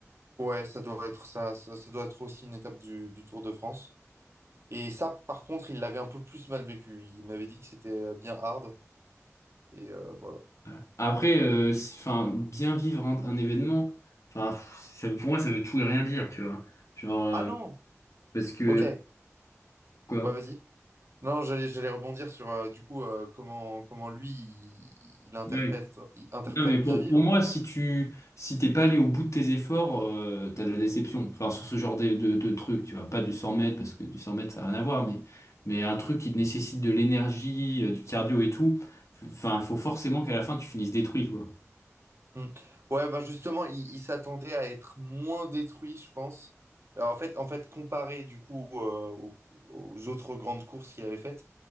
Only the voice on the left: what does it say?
Ouais. Après, euh, si- enfin, bien vivre un, un événement, enfin, pff, ça- pour moi, ça veut tout et rien dire, tu vois. Genre, euh,
parce que,
quoi?
Oui.
Non, mais pour,
pour moi, si tu si t'es pas allé au bout de tes efforts, euh, t'as de la déception. Enfin, sur ce genre de, de, de truc, tu vois, pas du 100 mètres, parce que du 100 mètres, ça n'a rien à voir, mais, mais un truc qui te nécessite de l'énergie, euh, du cardio et tout, enfin, il faut forcément qu'à la fin, tu finisses détruit, quoi.